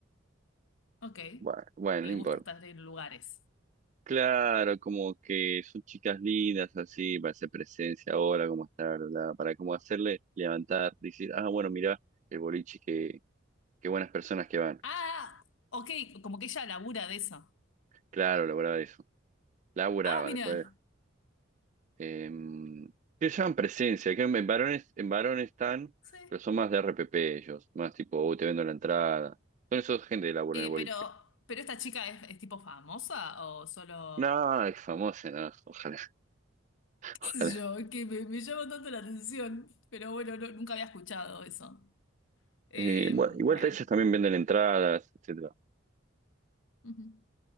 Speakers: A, on the left (about 80°); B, on the right (about 40°).
A: Ok,
B: Bueno, bueno,
A: le
B: no importa.
A: gusta estar en lugares.
B: Claro, como que son chicas lindas, así, para hacer presencia ahora, cómo estar, bla, bla, para como hacerle levantar, decir, ah, bueno, mirá el boliche, que, qué buenas personas que van.
A: Ah, ok, como que ella labura de eso.
B: Claro, laburaba eso. Laburaba
A: Ah, mira,
B: después. em, que se llaman presencia, que en varones, en varones están,
A: sí.
B: pero son más de RPP ellos, más tipo, "Oh, te vendo la entrada. Son esos gente de laburo
A: Eh,
B: en el boliche.
A: pero, pero esta chica es, es tipo famosa o solo.
B: No, es famosa, no, ojalá, <laughs>
A: qué
B: ojalá.
A: sé yo, que me, me llama tanto la atención, pero bueno, no- nunca había escuchado eso. Eh,
B: Eh, bueno, igual
A: bueno,
B: ellos también venden entradas, etcétera.
A: ujú,